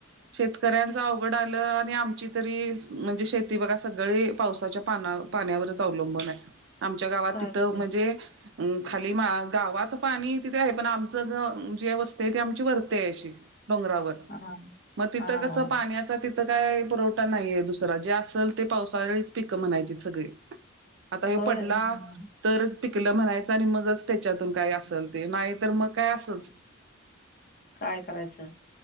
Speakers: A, on the right; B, on the left.
A: शेतकऱ्यांच अवघड आलं आणि आमची तरी म्हणजे शेती बघा सगळी पावसाच्या पाना पाण्यावरच अवलंबून आहे आमच्या गावात
B: काय
A: तिथं
B: करायचं
A: म्हणजे अं खाली मा गावात पाणी तिथे आहे पण आमचं जे जी वस्ती आहे ती आमची वरती आहे अशी डोंगरावर
B: <unintelligible>
A: मग तिथं
B: हा
A: कसं पाण्यात आता तिथं काय पुरवठा नाहीये दुसरा जे असल ते पावसाळीच पिकं म्हणायचीत सगळी आता ह्यो
B: होय
A: पडला
B: हा.
A: तरच पिकलं म्हणायचं आणि मगच त्याच्यातून काही असल ते नाही तर मग काय असच
B: काय करायचं